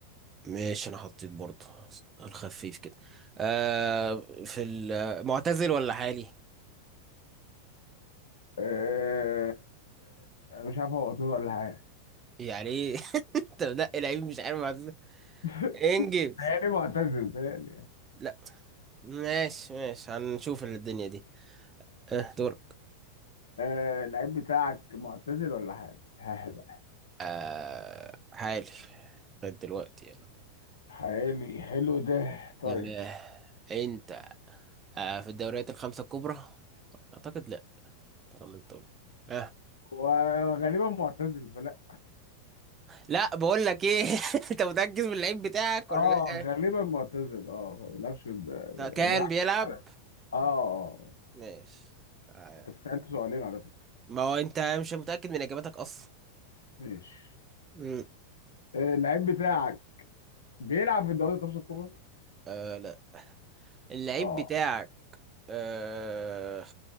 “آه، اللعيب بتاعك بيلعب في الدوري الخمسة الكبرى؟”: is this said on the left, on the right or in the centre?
Left